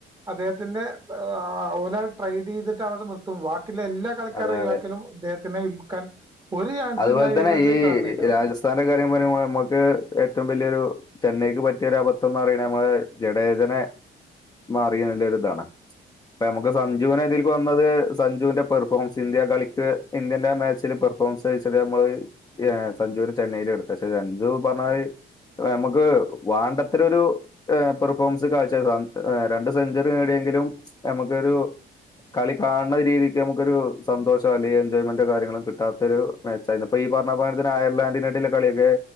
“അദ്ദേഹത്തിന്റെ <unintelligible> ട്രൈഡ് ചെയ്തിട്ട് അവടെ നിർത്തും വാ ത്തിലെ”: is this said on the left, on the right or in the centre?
Right